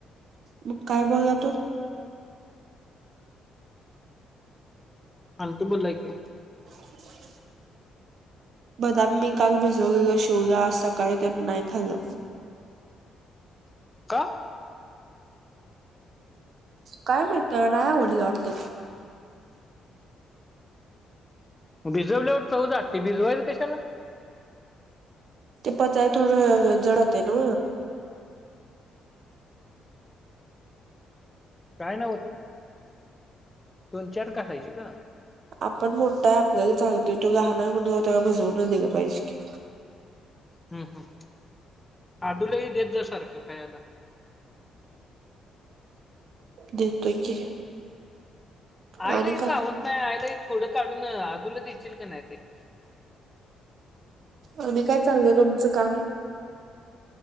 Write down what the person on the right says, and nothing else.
मग काय बोला तो
<inaudible> बदाम मी काल भिजवलेेलं शिवलं आज सकाळी त्यांना नाही खाल्लं
काय माहित नाही आवडलं वाटत
ते पचाय थोडं जडत असत ना
आपण मोठ आहे आपल्याला चालतंय तो लहान आहे म्हणून त्याला भिजवूनच दिलं पाहिजे की
देतोय की
आणि
काय
आणि काय चालय तुमचं काम